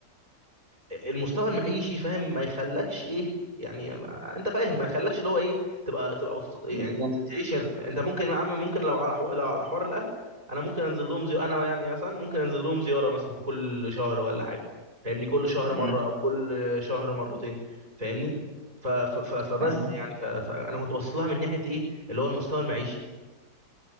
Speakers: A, on the right (about 20°); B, on the right (about 45°).
A: المستوى المعيشي فاهم ما يخلكش ايه يعني ما- انت فاهم ما يخلكش اللي هو ايه تبقى تبقى وتط- يعني
B: بالظبط
A: ت- تعيش هنا انت ممكن يا عم ممكن لو على حو... لو على حوار الاهل انا ممكن انزل لهم زي انا يعني مثلا ممكن انزل لهم زياره مثلا كل شهر ولا حاجه فاهمني كل شهر مره
B: مم.
A: او كل شهر مرتين فاهمني ف... ف... ف... فبس
B: تمام
A: يعني ف... فانا كنت باصص لها من ناحيه ايه اللي هو المستوى المعيشي